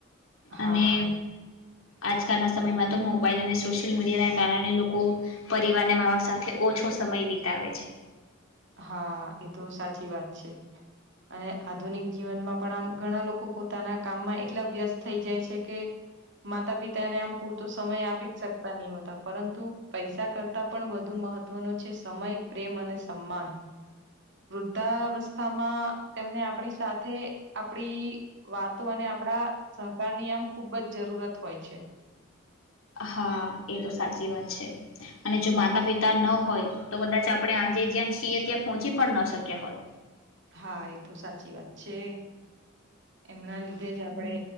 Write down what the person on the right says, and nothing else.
હા
હા એ તો સાચી વાત છે અને આધુનિક જીવનમાં પણ આમ ઘણા લોકો પોતાના કામમાં એટલા વ્યસ્ત થઈ જાય છે કે માતા પિતાને આમ પૂરતો સમય આપી જ શકતા નહી હોતા પરંતુ પૈસા કરતા પણ વધુ વધુ મહત્વનો છે સમય પ્રેમ અને સમ્માન વૃદ્ધાવસ્થામાં તેમને આપણી સાથે આપડી વાતો અને આપડા સહકારની આમ ખુબ જ જરૂરત હોય છે
હા એતો સાચી વાત છે એમના લીધે જ આપડે